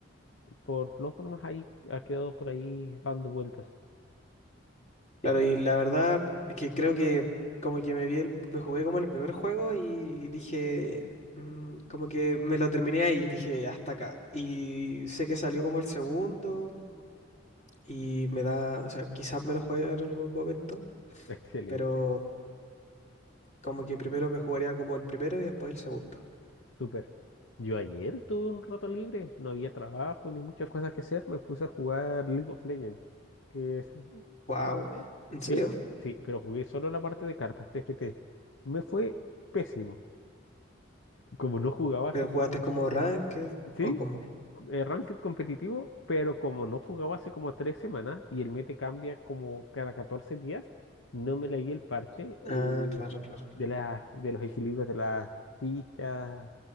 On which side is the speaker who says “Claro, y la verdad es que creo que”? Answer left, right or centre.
Left